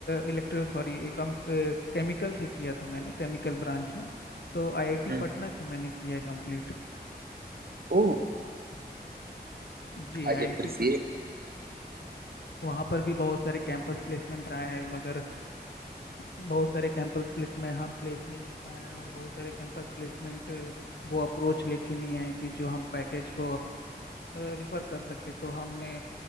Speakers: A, on the left (about 80°); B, on the right (about 60°).
A: इलेक्ट्रिकल सॉरी कम केमिकल से किया था मैंने केमिकल ब्रांच है तो आईआईटी
B: हम्म
A: पटना से मैंने किया है कंप्लीट
B: ओह
A: जी आईआईटी
B: आई अप्रिशिएट
A: वहाँ पर भी बहुत सारे कैंपस प्लेसमेंट्स आए हैं मगर अ, बहुत सारे कैंपस प्लेसमेंट में हम प्लेस नहीं हो पाए हैं और बहुत सारे कैंपस प्लेसमेंट वो अप्रोच लेके नहीं आए कि जो हम पैकेज को रिफर कर सके तो हमने